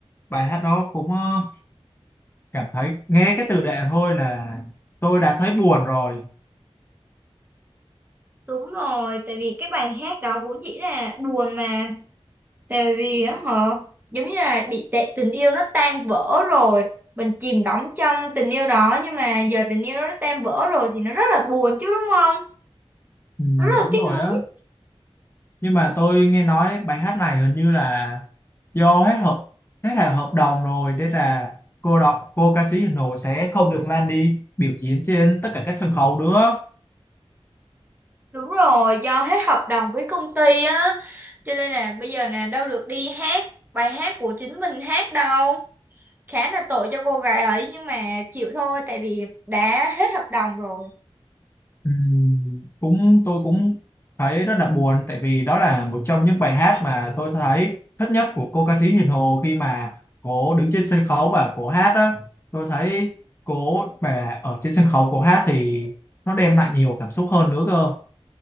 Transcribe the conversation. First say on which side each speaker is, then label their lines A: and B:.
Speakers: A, on the left; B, on the right.
A: bài hát đó cũng ờ, cảm thấy nghe cái tựa đề thôi là tôi đã thấy buồn rồi
B: Đúng rồi, tại vì cái bài hát đó vốn dĩ là buồn mà Tại vì á họ giống như là bị tệ tình yêu nó tan vỡ rồi mình chìm đắm trong tình yêu đó nhưng mà giờ tình yêu đó nó tan vỡ rồi thì nó rất là buồn chứ đúng không
A: ừ,
B: nó rất
A: đúng
B: là tiếc
A: rồi
B: nuối
A: á nhưng mà tôi nghe nói bài hát này hình như là do hết hợp hết là hợp đồng rồi nên là cô đọc cô ca sĩ Hiền Hồ sẽ không được mang đi biểu diễn trên tất cả các sân khấu nữa
B: đúng rồi do hết hợp đồng với công ty á cho nên là bây giờ nè đâu được đi hát bài hát của chính mình hát đâu khá là tội cho cô gái ấy nhưng mà chịu thôi tại vì đã hết hợp đồng rồi
A: Ừm, cũng tôi cũng thấy rất là buồn tại vì đó là một trong những bài hát mà tôi thấy thích nhất của cô ca sĩ Hiền Hồ khi mà cô đứng trên sân khấu và cô hát đó tôi thấy cô mà ở trên sân khấu cô hát thì nó đem lại nhiều cảm xúc hơn nữa cơ